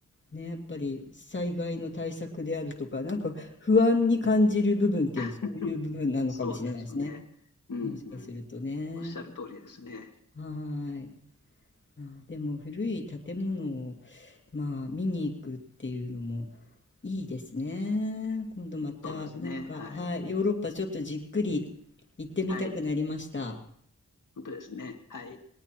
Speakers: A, on the left (about 35°); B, on the left (about 85°).
A: ね、やっぱり災害の対策であるとか、なんか不安に感じる部分っていうのはそういう部分なのかもしれないですね。
B: <laughs> そうですね。うんうん。
A: もしかするとね。
B: おっしゃる通りですね。
A: はーい。まあ、でも古い建物を、まあ、見に行くっていうのもいいですね。今度また、
B: そうですね。
A: なんか、
B: はい。
A: はい、ヨーロッパちょっとじっくり行ってみたくなりました。
B: はい。本当ですね。はい。